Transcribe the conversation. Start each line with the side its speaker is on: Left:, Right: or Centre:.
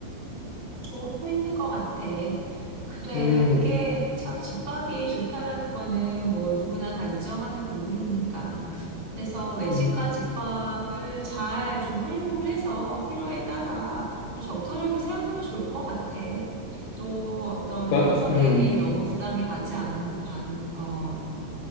Right: 좋은 포인트인 것 같아. 그래,
Left: 음,
Right: 그게 참 집밥이 좋다라는 거는 뭐 누구나 다 인정하는 부분이니까. 그래서 외식과
Left: 음,
Right: 집밥을 잘 좀 혼용을 해서 필요에 따라 좀 적절하게 사용하면 좋을 것 같아. 또 어떤
Left: 나-
Right: 여성에게
Left: 음.
Right: 너무 부담이 가지 않는 방, 어,